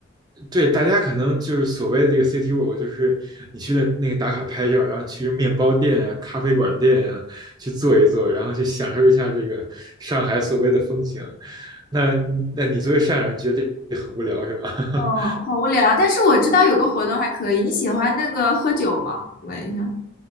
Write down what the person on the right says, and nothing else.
对，大家可能就是所谓的这个 city walk，就是你去的那个打卡拍照，然后去面包店啊、咖啡馆店呀、去坐一坐，然后去享受一下这个上海所谓的风情。那那你作为上海人，觉得这很无聊是吧？<laughs>